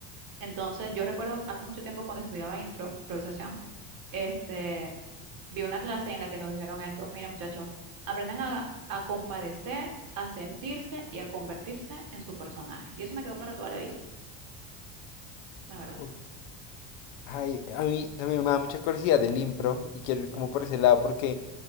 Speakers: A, on the right; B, on the left.
A: Entonces, yo recuerdo hace mucho tiempo cuando estudiaba impro, improvisación, este, vi una clase en la que nos dijeron esto, mira muchachos, aprendan a, a compadecer, a sentirse y a convertirse en su personaje. Y eso me quedó para toda la vida, la verdad.
B: Okay. Ay, a mí también me da mucha curiosidad el impro y quiero ir como por ese lado porque